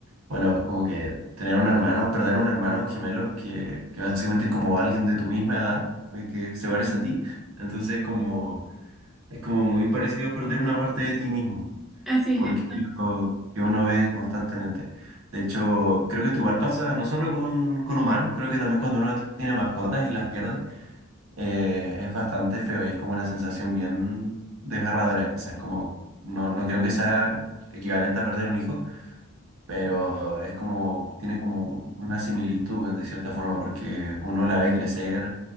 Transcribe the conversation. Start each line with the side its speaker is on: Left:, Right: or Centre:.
Right: bueno, como que tener un hermano, perder un hermano, un gemelo, que, que básicamente es como alguien de tu misma edad, y que se parece a ti. Entonces, como Es como muy parecido a perder una parte de ti mismo,
Centre: Ah, sí,
Right: porque
Centre: exacto.
Right: es algo que uno ve constantemente. De hecho, creo que esto igual pasa no solo con, con humanos, creo que también cuando uno tiene mascotas y las pierde, eh, es bastante feo y es como una sensación bien desgarradora, quizás como, no, no creo que sea equivalente a perder un hijo, pero es como, tiene como una similitud de cierta forma, porque uno la ve crecer